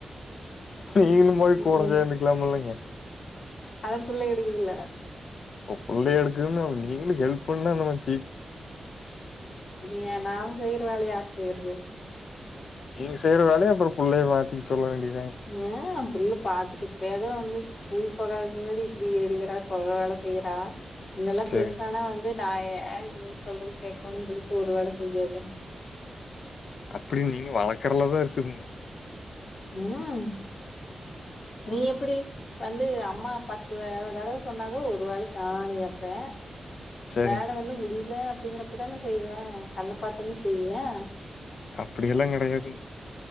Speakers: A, on the left; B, on the left.
A: நீங்களு
B: ம்
A: போய் கூட
B: ம்
A: சேந்துக்கலா இல்லைங்க
B: அத புள்ள எடுக்குதுல்ல
A: உ புள்ளையே எடுக்குதுனு அவ நீங்களுக்கு ஹெல்ப் என்னவாஞ்
B: ஏ நாவு செயிற வேளையார் சேர்து
A: நீங்க செய்யுற வேல அப்புறோ புள்ளைய மாத்தி சொல்ல வேண்டிய
B: ஆ புள்ள பாத்துட்டு இப்ப ஏதோ வந்து ஸ்கூல் போகாதுக்கு முன்னாடி இப்டி எடுக்கறா சொல்ற வேல செய்யறா இங்கெல்லா
A: சரிங்க.
B: பெருசானா வந்து நா ஏ நீ சொல்றது கேக்கோனுஞ் சொல்லிப்புட்டு ஒரு வேல செய்றது தான
A: அப்படி நீங்க வளர்க்கறதுலதா இருக்குதுங்
B: ம் நீ எப்படி வந்து அம்மா பத்து வ தடவ சொன்னா தா ஒரு வேலைக்கு ஆன்னு கேப்ப
A: சரிங்க.
B: வேல வந்து முடி இல்ல அப்படிங்கறப்பதான செய்வே கண்ண பாத்தோனே செய்வியா
A: அப்படி எல்லா கெடையாதுங்க